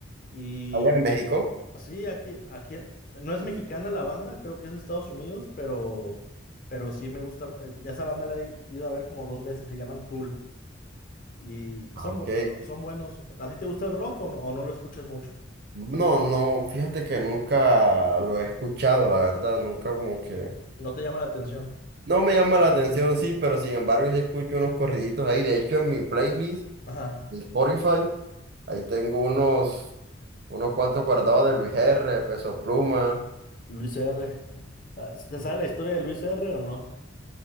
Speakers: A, on the left; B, on the right.
A: Y
B: Allá en México.
A: Sí, aquí, aquí, no es mexicana la banda, creo que es de Estados Unidos, pero, pero sí me gusta. mu- eh, Ya esa banda la he ido a ver como dos veces, se llaman Tool y
B: Ah,
A: son,
B: ok.
A: bu- son, son buenos. ¿A ti te gusta el rock o, no o no lo escuchas mucho?
B: No, no, fíjate que nunca lo he escuchado, la verdad. Nunca como que...
A: ¿No te llama la atención?
B: No me llama la atención, sí, pero sin embargo sí escucho unos corriditos ahí. De hecho, en mi playlist...
A: Ajá,
B: mi Spotify. Ahí tengo unos, unos cuantos guardados de Luis R, Peso Pluma.
A: Luis R. <laughs> Ah, ¿Te sabes la historia de Luis R o no?